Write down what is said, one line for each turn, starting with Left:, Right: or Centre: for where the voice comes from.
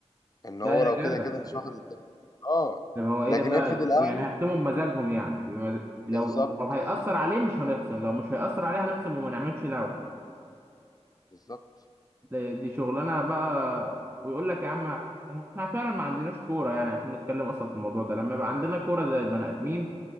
Left: ان هو
Right: ده يا
Left: لو
Right: جدع
Left: كده كده مش واخد الدوري اه
Right: طب هو ايه
Left: لكن
Right: ده بقى
Left: افرض
Right: يعني
Left: الاهلي
Right: هيختموا بمزاجهم يعني بمز... لو
Left: بالظبط
Right: لو هيأثر
Left: يعني
Right: عليه مش هنخصم لو مش هيأثر عليه هنخصم وما نعملش دعوه
Left: بالظبط
Right: دي, دي شغلانه بقى ويقول لك يا عم احنا فعلا ما عندناش كوره يعني عشان نتكلم اصلا في الموضوع ده لما يبقى عندنا كوره زي البني ادمين